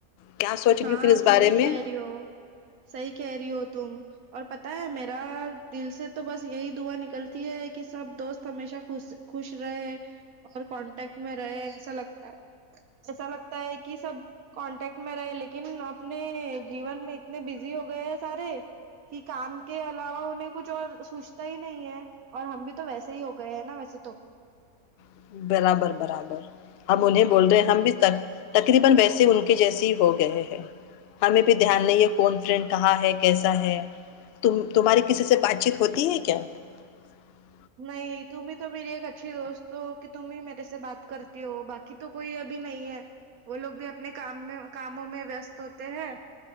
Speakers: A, on the left; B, on the right.
A: کیا سوچ رہی
B: ہاں
A: ہوں پھر اس بارے
B: صحی
A: میں
B: کہہ رہی ہو سی کہہ رہی ہو تم اور پتاہ ہے میرا دل سے تو بس یہی دعا نکلتی ہے کہ سب دوست ہمیشہ خ خوش رہے اور کانٹیکٹ میں رہے ایسا لگتا ہے ایسا لگتا ہے کہ سب کانٹیکٹ میں رہے لیکن لیکن اپنے جیون میں اتنے بزی ہو گئے ہیں سارے کہ کام کے علاوہ انہیں کچھ اور سوچتا ہی نہیں ہے اور ہم بھی تو ویسے ہی ہو گئے ہیں نا ویسے تو
A: <inaudible>
B: نہیں تم ہی تو میری ایک اچھی دوست ہو کہ تم ہی میرے سے بات کرتی ہو باقی تو کوئی ابھی نہیں ہے وہ لوگ بھی اپنے کام میں کاموں میں وستست ہوتے ہیں